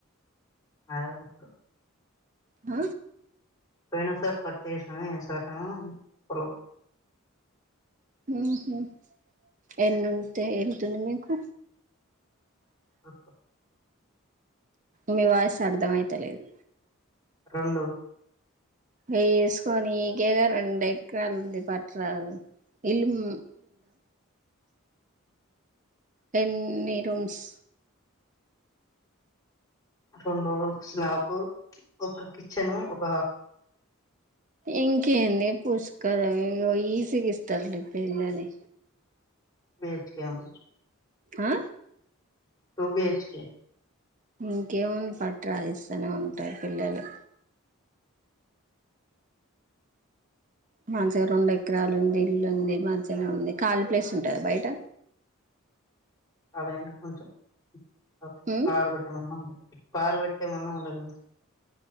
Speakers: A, on the left; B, on the right.
A: <unintelligible> ఇప్పుడు
B: అ
A: పోయిన సార్ పత్తేష్నము ఈ సారెమొ పొలం
B: మ్ హు ఎన్నుంటె ఎంతుంది మీకు
A: అహ
B: మీ వాయిస్ అర్ధం ఐతలేదు
A: రొండు
B: ఏస్కొ నికేగ రెండేక్రాల్ ఉంది పట్ట్రాదు ఇల్లుమ్ ఎన్నీ రూమ్స్
A: రొండు రూమ్స్ నాకు ఒక కిచెను ఒక
B: ఇంకేంది పుష్కలం ఇగ్ ఈజీగిస్తర్ నిక్ పిల్లని
A: వేత్కాం
B: అ
A: టుబిహెచ్కె
B: ఇంకేముంది పట్ట్ రాదు ఇస్తనే ఉంటాయ్ పిల్లలు మంచిగ రెండు ఎకరాలు ఉంది ఇల్లు ఉంది మంచిగనే ఉంది ఖాళీ ప్లేస్ ఉంటదా బయట
A: ఖాళీ అంటె కొంచెం అ
B: ఉమ్
A: కారు బెట్టే మందం కారు బె ట్టె మందం ఉంటదండి